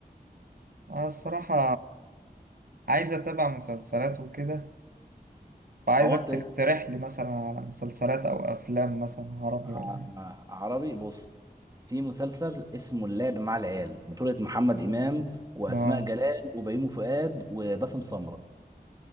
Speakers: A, on the right; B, on the right.
A: آه الصراحة عايز أتابع مسلسلات وكده فعايزك
B: هو أنت
A: تقترح
B: إيه؟
A: لي مثلا على مسلسلات أو أفلام مثلا عربي
B: آه،
A: ولا حاجة
B: عربي بص في مسلسل اسمه اللعب مع العيال بطولة محمد إمام وأسماء
A: آه
B: جلال وبيومي فؤاد وباسم سمرة